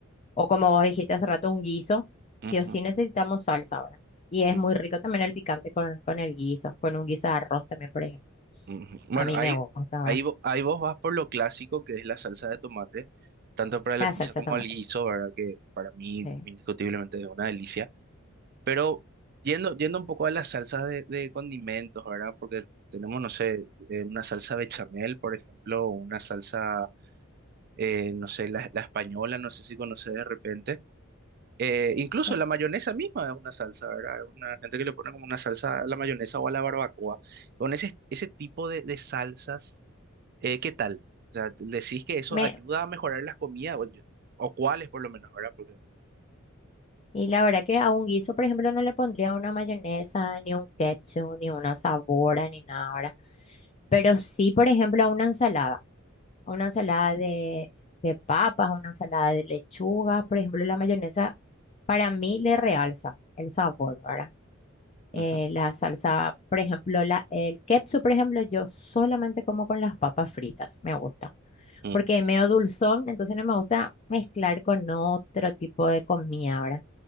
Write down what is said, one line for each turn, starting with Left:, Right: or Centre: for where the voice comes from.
Left: O como vos dijiste hace rato, un guiso, sí
Right: ujú,
Left: o sí necesitamos salsa, ¿verdad? Y es
Right: ujú.
Left: muy rico también el picante con, con el guiso, con un guiso de arroz también, por ejemplo.
Right: Ujú. Bueno,
Left: A mí
Right: ahí,
Left: me gusta, ¿verdad?
Right: ahí, vo- ahí vos vas por lo clásico que es la salsa de tomate, tanto para la
Left: La
Right: pizza
Left: salsa
Right: como
Left: de tomate.
Right: el guiso, ¿verdad? Que para mí
Left: sí.
Right: indiscutiblemente es una delicia. Pero yendo, yendo un poco a las salsas de, de condimentos, ¿verdad? Porque tenemos, no sé, eh, una salsa bechamel, por ejemplo, o una salsa, eh, no sé, la, la española, no sé si conoces de repente. Eh, incluso
Left: sí.
Right: la mayonesa misma es una salsa, ¿verdad? Hay una gente que le pone como una salsa a la mayonesa o a la barbacoa. Con ese, ese tipo de de salsas. Eh, ¿qué tal? O sea, decís que eso
Left: Me,
Right: ayuda a mejorar las comidas, o, yo- o cuáles por lo menos, ¿verdad? Porque...
Left: y la verdad que a un guiso, por ejemplo, no le pondría una mayonesa, ni un ketchup, ni una sabora, ni nada, ¿verdad? Pero sí, por ejemplo, a una ensalada. A una ensalada de, de papas, a una ensalada de lechuga. Por ejemplo, la mayonesa para mí le realza el sabor, ¿verdad? Eh,
Right: Ujú,
Left: la salsa, por ejemplo, la, el ketchup, por ejemplo, yo solamente como con las papas fritas, me gusta
Right: mm.
Left: porque es medio dulzón, entonces no me gusta mezclar con otro tipo de comida, ¿verdad?